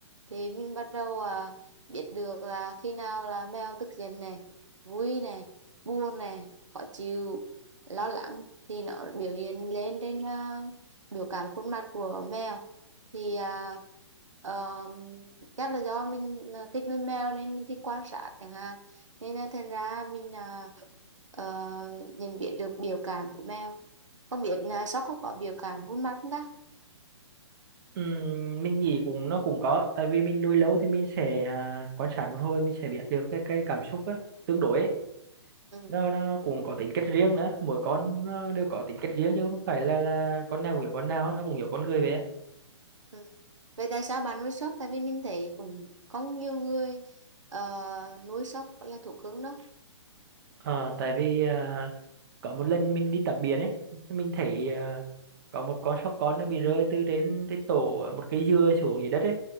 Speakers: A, on the right; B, on the right.
A: thì mình bắt đầu ờ, biết được là khi nào là mèo tức giận này vui này buồn này khó chịu lo lắng thì nó biểu hiện lên trên ờ, biểu cảm khuôn mặt của mèo thì à, ờm, chắc là do mình à, thích nuôi mèo nên mình thích quan sát chẳng hạn nên là thành ra mình à, ờ, nhận biết được biểu cảm của mèo không biết là sóc không có biểu cảm khuôn mặt không ta
B: Ừm, mình nghĩ cũng nó cũng có, tại vì mình nuôi lâu thì mình sẽ à, quan sát một hồi mình sẽ biết được cái cái cảm xúc á, tương đối ấy.
A: ừ.
B: Nó nó cũng có tính cách riêng nữa, mỗi con nó đều có tính cách riêng chứ không phải là là con nào cũng hiểu con nào, nó cũng hiểu con người vậy á.
A: ừ. vậy tại sao bạn nuôi sóc tại vì mình thấy cũng có nhiều người ờ, nuôi sóc là thú cưng đó
B: Ờ, tại vì ờ, có một lần mình đi tắm biển ấy, chứ mình thấy ờ, có một con sóc con nó bị rơi từ trên trên tổ ở một cây dừa xuống dưới đất ấy,